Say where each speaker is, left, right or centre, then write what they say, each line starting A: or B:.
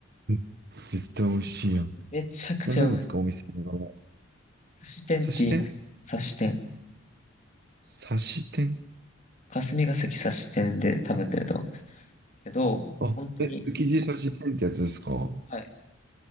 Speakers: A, on the right; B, on the left.
A: うん絶対美味しいやん。
B: めちゃくちゃうまい。
A: な、何ですか、お店の名前。
B: 刺し店って言います。
A: 刺し店
B: 刺し店。
A: 刺し店
B: 霞ヶ関刺し店で多分出ると思います。けど、
A: あ、
B: 本当に、
A: え、築地刺し店ってやつですかお
B: はい、